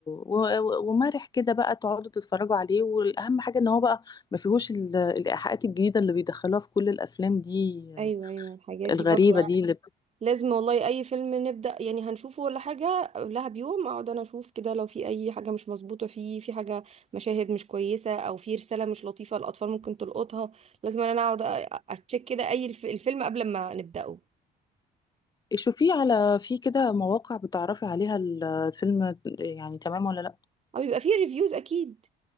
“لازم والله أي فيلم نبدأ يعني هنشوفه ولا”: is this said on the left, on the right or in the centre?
Right